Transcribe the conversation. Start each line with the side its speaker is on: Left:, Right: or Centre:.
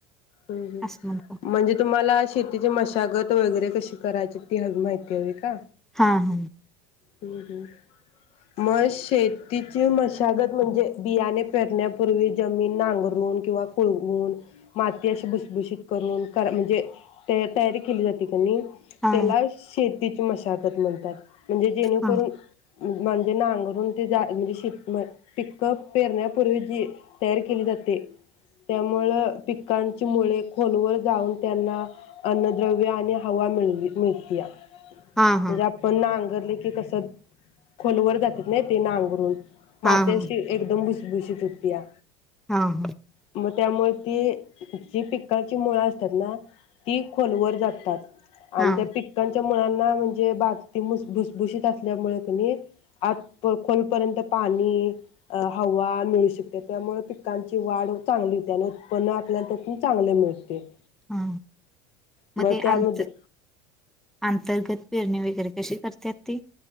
Left: हम् हम
Centre: असं म्हणतो
Left: म्हणजे तुम्हाला असं शेतीची मशागत वगैरे कशी करायची ती हवी माहिती हवी का?
Centre: हा हा.
Left: हं हं मग शेतीची मशागत म्हणजे बियाणे पेरण्यापूर्वी जमीन नांगरून, किंवा कुळवून माती अशी भुसभूशीत करून कर.. म्हंजे तं.. तयारी केली जाते काय?
Centre: हा
Left: त्याला शेती ची मशागत म्हणतात. म्हणजे जेणेकरून
Centre: हा
Left: म्हणजे नांगरून ते जा म्हंजे शिपण पीक पेरण्यापूर्वी जी तयारी केली जाते. त्यामुळं पिकांची मुळे खोलवर जाऊन त्यांना अन्नद्रव्य आणि हवा मिल मिळतीया. म्हणजे
Centre: हा हा
Left: आपन नांग लं की कसं खोलवर जात्यात नाय ते नांगरून.
Centre: हा
Left: माती
Centre: हा
Left: अशी एकदम भुसभूशीत हुत्या.
Centre: हा हा.
Left: मग त्यामुळे ती, जी पिक्काची मूळ असतात ना ती खोलवर जात्यात. अन्
Centre: हा
Left: त्या पिकल च्या मुळाना म्हणजे बागती मुस भुसभूषित असल्यामुळे किनई, आत खोलपर्यंत पानी, हवा, मिळू शकते. त्यामुळे पिकांची वाढ चांगली होते. आणि उत्पन्न आपल्या त्यातून चांगले मिळते.
Centre: हा, मं
Left: मग
Centre: ते
Left: त्यामध्ये
Centre: अंत.. आंतर्गत पेरणी वैगरे कशी करत्यात ती?